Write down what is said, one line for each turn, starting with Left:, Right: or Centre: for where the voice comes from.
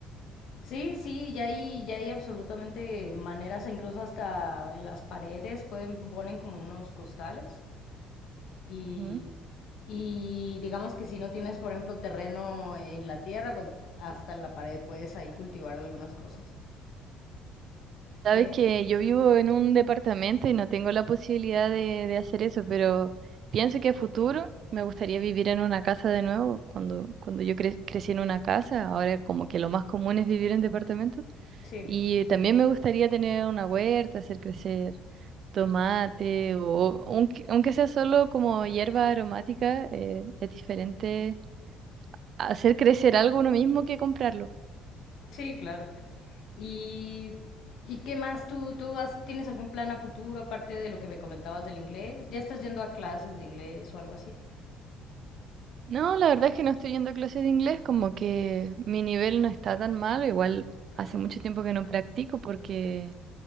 Left: Sí, sí, ya hay, ya hay absolutamente maneras, e incluso hasta en las paredes pueden, ponen como unos costales y,
Right: Ujú.
Left: y digamos que si no tienes, por ejemplo, terreno en la tierra, pues hasta en la pared puedes ahí cultivar algunas cosas.
Right: Sabes
Left: Eh,
Right: que yo vivo en un departamento y no tengo la posibilidad de, de hacer eso, pero pienso que a futuro me gustaría vivir en una casa de nuevo. Cuando, cuando yo cre- crecí en una casa, ahora como que lo más común es vivir en departamentos.
Left: sí,
Right: Y también me gustaría tener una huerta, hacer crecer tomate o aunque, aunque sea solo como hierba aromática, eh, es diferente hacer crecer algo uno mismo que comprarlo.
Left: sí, claro. ¿Y, y qué más? ¿Tú, tú has- tienes algún plan a futuro aparte de lo que me comentabas del inglés? ¿Ya estás yendo a clases de inglés o algo así?
Right: No, la verdad es que no estoy yendo a clases de inglés, como que mi nivel no está tan malo, igual
Left: Ah,
Right: hace mucho tiempo que no practico porque